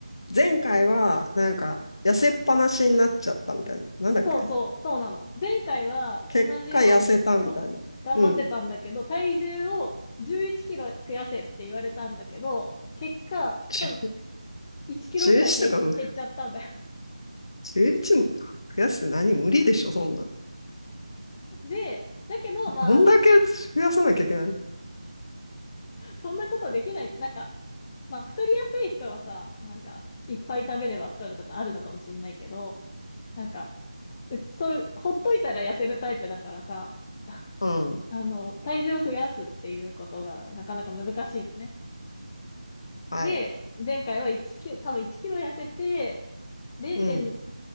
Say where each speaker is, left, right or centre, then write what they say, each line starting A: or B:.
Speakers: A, on the left; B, on the left.
A: 前回はなんか痩せっぱなしになっちゃったみたいな。なんだっけ
B: そうそう、そうなの。前回は同じように、
A: 結果痩せたみたいな。
B: そう、<laughs> 頑張ってたんだけど、
A: うん。
B: 体重を11キロ増やせって言われたんだけど、結果、
A: じ
B: 多分1キロぐらい減、
A: 11とかも、
B: 減っちゃったんだよ。
A: 11も増やすって何無理でしょそんなん。
B: で、だけど、まあ、
A: どんだけ増やさなきゃいけないの
B: そんなことできない。なんか、まあ、太りやすい人はさ、なんか、いっぱい食べれば太るとかあるのかもしれないけど、なんか、うちそういう、ほっといたら痩せるタイプだからさ、<laughs>
A: <laughs> うん。
B: あの、体重を増やすっていうことがなかなか難しいのね。
A: はい。
B: で、前回は1キロ、多分1キロ痩せて、0点、
A: うん。